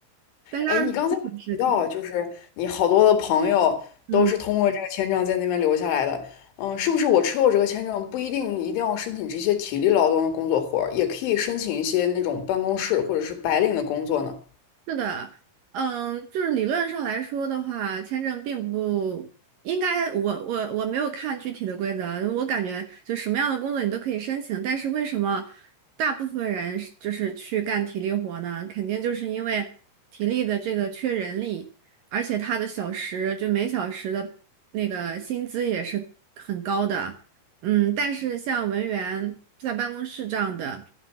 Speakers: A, on the right (about 65°); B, on the left (about 80°).
A: 但是二十个小时可以。
B: 哎，你刚才有提到，就是你好多的朋友都是通过这个签证在那边留下来的。
A: 嗯。
B: 嗯，是不是我持有这个签证不一定一定要申请这些体力劳动的工作活儿，也可以申请一些那种办公室或者是白领的工作呢？
A: 是的，嗯，就是理论上来说的话，签证并不应该，我我我没有看具体的规则啊，我感觉就什么样的工作你都可以申请，但是为什么大部分人是就是去干体力活呢？肯定就是因为体力的这个缺人力，而且他的小时就每小时的那个薪资也是很高的，嗯，但是像文员在办公室这样的。